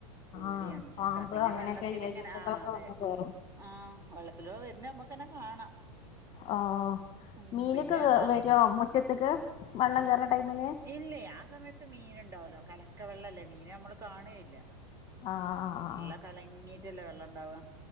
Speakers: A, on the right; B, on the left.
A: പേടിയാണ്
B: ആഹ് പാമ്പ്
A: ക പിന്നെ
B: അങ്ങനെയൊക്കെ
A: വെള്ളത്തിലിങ്ങന
B: ഇഴജന്തുക്കളൊക്കെ
A: ആഹ് അതെ
B: വന്ന് കേറും
A: ആഹ് വെള്ളത്തിലോ വര്ണ്ണ നമ്മക്കന്നെ കാണാം
B: ആഹ്
A: ഉം
B: മീനൊക്കെ
A: പിന്നെ
B: വ
A: പറഞ്ഞാല്
B: വര്വോ മുറ്റത്ത്ക്ക് വെള്ളം കയറുന്ന ടൈമില്
A: ഇല്ലേ ആഹ് സമയത് ത്ത് മീന്ണ്ടാവ്ലോ കലക്ക വെള്ളല്ലേ മീന നമ്മള് കാണുകേയില്ല
B: ആഹ് ആഹ് ആഹ്
A: നല്ല
B: ആഹ്
A: കലങ്ങിട്ടല്ലേ വെള്ളണ്ടാവ